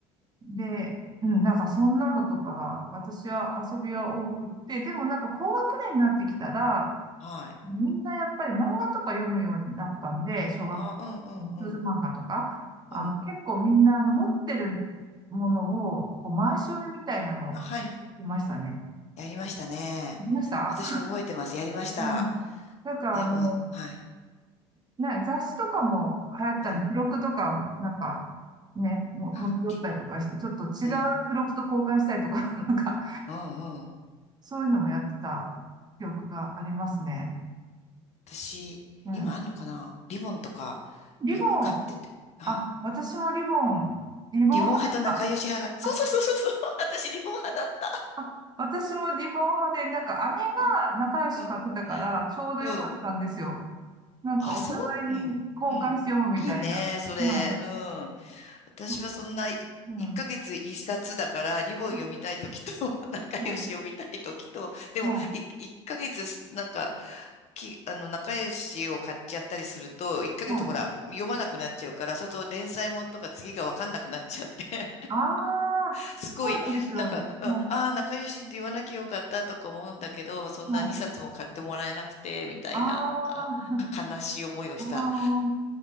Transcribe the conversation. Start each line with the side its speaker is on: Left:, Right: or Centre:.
Right: で、うん、なんかそんなのとかが、私は遊びは多くって、でもなんか高学年になってきたら、
Left: はい。
Right: みんなやっぱり漫画とか読むようになったんで、小学、
Left: あ、うんうんうん。
Right: あの少女漫画とか、あの、
Left: うん。
Right: 結構みんなあの持ってるものを、こう回し読みみたいなのを、
Left: うん。あ、はいはい。
Right: いましたね。
Left: やりましたね。
Right: いました
Left: 私も覚えてます。やりました。
Right: うん。なんかあの、
Left: でも、はい。
Right: な、雑誌とかも流行ってたんで、
Left: うん。
Right: 付録とか、なんか、ね、も、
Left: あ、
Right: 持ち寄ったりとかして、
Left: り、
Right: ちょっと違う
Left: うん。
Right: 付録と交換したりとか、<laughs> なんか、
Left: うんうん。
Right: そういうのもやってた記憶がありますね。
Left: 私、
Right: うん。
Left: 今あんのかなリボンとか、
Right: リボン、
Left: よく買ってて。あ、
Right: あ、私もリボン、リボン派でした。
Left: リボン派と仲良し派が。そうそうそうそうそう。
Right: あ、
Left: <laughs> 私、リボン派だった。
Right: あ私もリボン派で、なんか姉
Left: うん。
Right: が仲良し買ってたから、
Left: うん。
Right: ちょうど良かったんですよ。
Left: うん。
Right: なんかお互いに交換して読むみたいな。
Left: あ、そう、うん。うん。いいね、それ。
Right: まあ、
Left: うん。私はそんな1ヶ月1冊だからリボン読みたい時と
Right: そう、うん、まあ、
Left: <laughs> 仲良し読みたい時とでも1ヶ月なんか
Right: まあ、まあ、
Left: きあの仲良しを買っちゃったりすると1ヶ月ほら読まなくなっちゃうからそうすると連載もんとか次が分かんなくなっちゃって
Right: まあああ、
Left: <laughs> すごいなんか、
Right: そうなんですよ。
Left: うん、
Right: は
Left: ああー仲良しって言わなきゃよかったとか思うんだけどそんな2冊も買ってもらえなくてみたいなあか悲しい思いをした
Right: い、はい。ああ、<laughs> ああ、